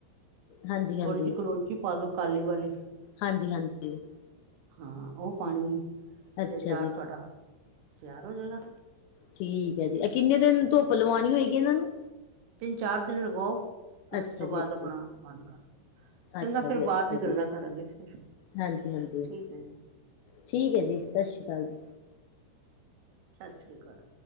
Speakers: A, on the left (about 80°); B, on the right (about 80°).
A: ਹਾਂਜੀ ਹਾਂਜੀ
B: ਥੋੜੀ ਜਿਹੀ ਕਲੋਂਜੀ ਪਾ ਦੋ ਕਾਲੀ ਵਾਲੀ।
A: ਹਾਂਜੀ -ਹਾਂਜੀ।
B: ਹਾਂ, ਉਹ ਪਾਉਣੀ ਏ
A: ਅੱਛਾ
B: ਤੇ ਅਚਾਰ
A: ਜੀ।
B: ਤੁਹਾਡਾ, ਤਿਆਰ ਹੋ ਜਾਣਾ।
A: ਠੀਕ ਹੈ ਜੀ, ਇਹ ਕਿੰਨੇ ਦਿਨ ਧੁੱਪ ਲਵਾਉਣੀ ਹੋਏਗੀ ਇਹਨਾਂ ਨੂੰ।
B: ਤਿੰਨ ਚਾਰ ਦਿਨ ਲਗਾਓ,। ਫਿਰ
A: ਅੱਛਾ
B: ਉਸ ਤੋਂ
A: ਜੀ
B: ਬਾਅਦ
A: ਅੱਛਾ
B: ਆਪਣਾ, ਬੰਦ ਕਰ ਦਿਉ। ਚੰਗਾ
A: ਅੱਛਾ
B: ਫੇਰ
A: ਜੀ ਅੱਛਾ
B: ਬਾਅਦ ਦੀ ਗੱਲਾਂ
A: ਜੀ।
B: ਕਰਾਂਗੇ ਫਿਰ,
A: ਹਾਂਜੀ-ਹਾਂਜੀ
B: ਠੀਕ ਹੈ ਜੀ।
A: ਠੀਕ ਹੈ ਜੀ, ਸਤਿ ਸ਼੍ਰੀ ਅਕਾਲ ਜੀ।
B: ਸਤਿ ਸ੍ਰੀ ਅਕਾਲ।